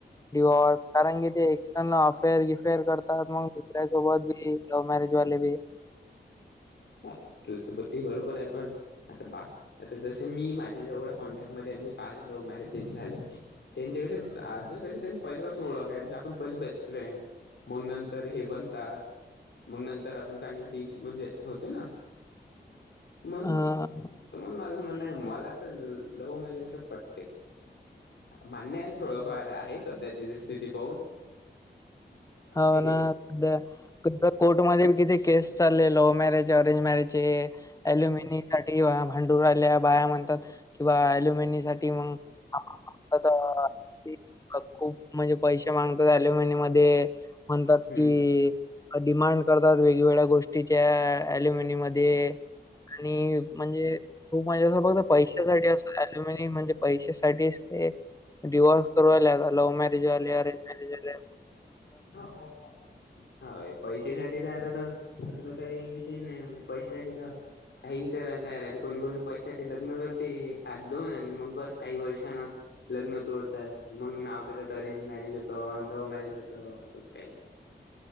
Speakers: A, on the left (about 20°); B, on the left (about 85°).
A: डिवॉर्स कारण की ते एक्सटर्नल अफेअर गिफेअर करतात मग दुसऱ्यासोबत बी. लव्ह मॅरेज वालेबी
B: हं, तुझ तर ते बरोबर आहे पण आता पहा, आता जसे मी माझेे जेवढ्या कॉन्टॅक्टमध्ये मी पाहिले लव्ह मॅरेज ज्यांचे झालेत. त्यांचे कसे की, त्यांची पहिले पाासून ओळख आहे. म्हणजे आपण पहिले बेस्ट फ्रेंड. मग नंतर हे बनतात. मग नंतर आपण चांगले डीप म्हणजे होते ना. म्हणून
A: हां,
B: त मण माझं म्हणणं आहे मला तर लव्ह मॅरेज असं पटते. मान्य आहे थोडंफार आहे सध्याची स्थिती पाहून.
A: होव
B: आहे की
A: ना
B: नाही.
A: द द कोर्टमध्ये किती केस. सले लव्ह मॅरेज अरेंज मॅरेजे हे अल्युमिनी. साठी भा भांडूराल्या बाया म्हणतात किंवा अल्युमिनि साठी मग. <unintelligible> <inaudible> आता खूप पैसे मागता झाले मध्ये. म्हणतात
B: हम्म
A: कि डिमांड करतात वेग वेगळ्या गोष्टीच्या आ अलुमिन मध्ये. आणि म्हणजे खूप म्हजे असं बघत पैशासाठी अस. अल्युमिन म्हणजे पैशेसाठीच ते. डिव्हर्सूवाल्या <unintelligible> आता लव्ह मॅरेज वाले अरेंज मॅरेज वाले.
B: ह <inaudible> ह <unintelligible> पैशसाठी तर आता तर तसं तर आता काही विशेष नाही म्हणजे पैशासाठी तर. काही करायला तयार आहेते कोणी कोणी तर पैसा ते लग्न करते खात दोन मग बस काही वर्षांना. लग्न तोडतात मग नाव देतात त्यात मॅरेज होतं लव्ह मॅरेज होतं असंच काही.